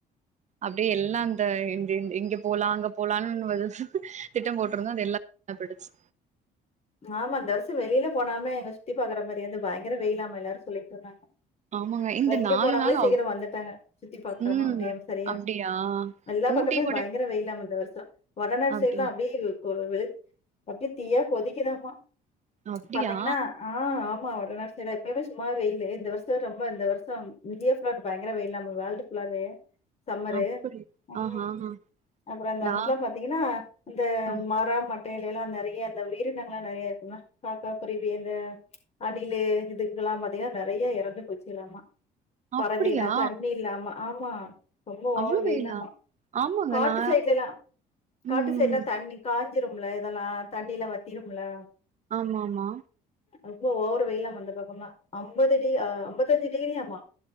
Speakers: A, on the right; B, on the left.
A: அப்டியே எல் லா‌ந்தை ந் ந்த இங்க போலாம் அங்க போலாம்னு திட்டோ போட்டிருந்தோ அது எல்லா போட்டுச்சு
B: ஆமா இந்த வருஷோ வெளில போனாமே எங்க சுத்தி பாக்குற மாரியா இந்து பயங்கர வெயிலாமா எல்லாரூ சொல்லிட்ருந்தாங்க
A: ஆமாங்க இந்த
B: வெளில
A: நாலு
B: போனாவங்களே
A: நாள்
B: சீக்கிரோ
A: அவ்
B: வந்துட்டாங்க சுத்தி பாக்காம
A: ம்
B: முடியாம சரியா
A: அப்டியா
B: எல்லா
A: ஊட்டி
B: பக்கமே
A: கொடை
B: பயங்கர வெயிலாமா இந்த வருஸ் த வட நாட்
A: அப்டி
B: சைட்லா அப்டியே <unintelligible> தீயா கொதிக் கிதாமா
A: அப்டியா
B: பாத்தீங்கன்னா ஆ அப் மா வடநா சைல எப்பயுமே சும்மாவ வெயில்லு இந்த வருஷோ ரொம்ப இந்த வருஷம் இந்தியா ஃபுல்லா இப்ப பயங்கர வெயில் நாம்ம வேர்ல்டு ஃபுல்லாவே சம்மரு
A: அப்டி
B: ம்
A: ஆஹா ஹா
B: அப்புறோ அந்த
A: நா
B: அங்குட்லா பாத்தீங்கன்னா இந்த
A: ம்
B: மர மட் வேலேலா நறையா அந்த வீடு <unintelligible> ல்லா நறையா இருக்குமா காக்கா குருவி அந்த அணிலு இதுக்கெல்லா பாத்தீங்கன்னா நறைய எறந்து போச்சுக்கலாமா பறவையில்லா
A: அப்டியா
B: தண்ணி இல்லாம ஆம் மா ரொம்ப
A: அவ்ளோ
B: ஓவர் வெயிலாமா
A: வெயிலா ஆமாங்க
B: காட்டு
A: நா
B: சைடுல எல்லா காட்டு
A: ம்
B: சைடுலா
A: ம்
B: தண்ணி கா துரும்ல இதல்லா தண்ணில வ இருமலா
A: ஆமாமா
B: ரொம்ப ஓவர் வெயிலாமா அந்த பக்கமா அம்பது டி அம்பத்தஞ்சு டிகிரியாமா